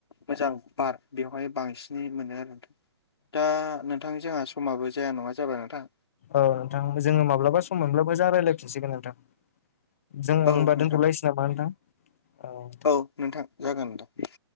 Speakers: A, on the left (about 70°); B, on the left (about 30°).
A: मोजां बार बेवहाय बांसिनै मोनो आरो नोंथां। दा नोंथां जोंहा समाबो जाया नङा जाबाय नोंथां।
B: औ नोंथां जोङो माब्लाबा सम मोनब्लाबो मोजां रायलाय फिनसिगोन नोंथां‌। जों होनबा
A: औ नोंथां
B: दोनथ'लायसै नामा नोंथां? ओं।
A: औ नोंथां जागोन नोंथां।